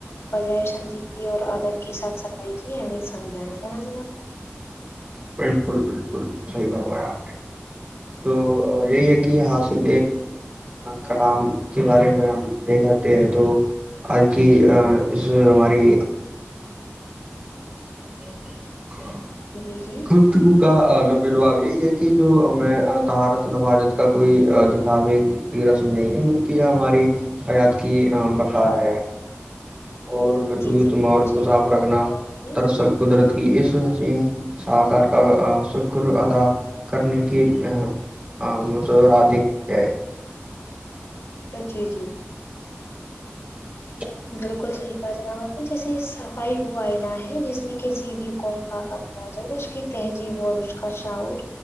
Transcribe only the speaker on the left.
وجہ سے نی کی اور آدر کی ساتھ صفائی کی اہمیت سمجھائیں ہے نا جناب
جی جی
جی جی بالکل
صحیح
فرمایا
جناب آپ نے
ا جی جی
بالکل صحیح کاا جناب آپ نے جیسے صفائی وہ آئنا ہے جس میں کسی بھی قوم کا مو اس کی تہذیب اور اس کا شاعور